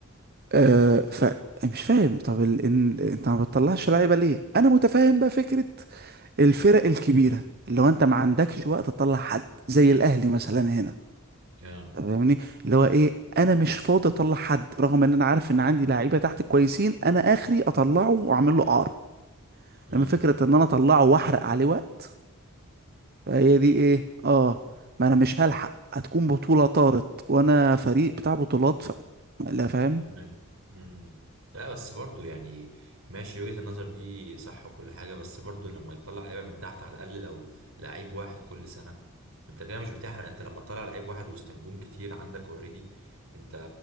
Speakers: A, on the right; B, on the right.
A: أه فمش فاهم طب ال... إن... انت ما بتطلعش لعيبة ليه؟ أنا متفاهم بقى فكرة الفرق الكبيرة لو انت ما عندكش وقت تطلع حد زي الأهلي مثلا هنا
B: اه آه.
A: فاهمني اللي هو ايه انا مش فاضي اطلع حد رغم ان انا عارف ان عندي لعيبه تحت كويسين انا اخري اطلعه واعمل له قعر
B: امم
A: لما فكره ان انا اطلعه واحرق عليه وقت فهي دي ايه اه ما انا مش هلحق هتكون بطوله طارت وانا فريق بتاع بطولات ف... لا فاهم
B: مم. مم. لا بس برضو يعني ماشي وجهة النظر دي صح وكل حاجة بس برضو لما يطلع لعيبة من تحت على الأقل لو لعيب واحد كل سنة انت كده مش بتحرق انت لما تطلع لعيب واحد وسط نجوم كتير عندك اوريدي انت